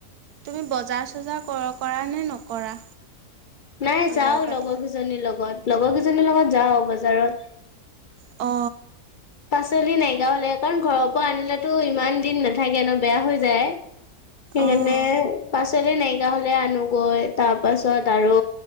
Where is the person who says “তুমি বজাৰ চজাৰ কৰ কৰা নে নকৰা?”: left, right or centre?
Right